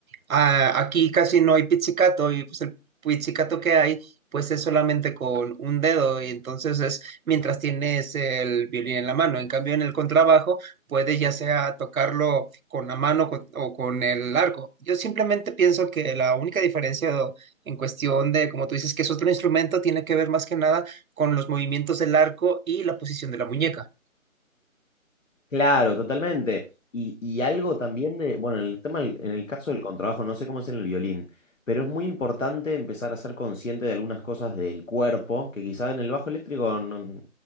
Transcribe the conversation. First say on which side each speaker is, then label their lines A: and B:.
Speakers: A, on the right (about 75°); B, on the left (about 65°).
A: Ah, aquí casi no hay pizzicato y pues el pizzicato que hay, pues es solamente con un dedo y entonces es mientras tienes el violín en la mano. En cambio, en el contrabajo puedes ya sea tocarlo con la mano co- o con el arco. Yo simplemente pienso que la única diferencia o- en cuestión de, como tú dices, que es otro instrumento, tiene que ver más que nada con los movimientos del arco y la posición de la muñeca.
B: Claro, totalmente. Y, y algo también de, bueno, en el tema, del- en el caso del contrabajo, no sé cómo es en el violín, pero es muy importante empezar a ser consciente de algunas cosas del cuerpo, que quizás en el bajo eléctrico no-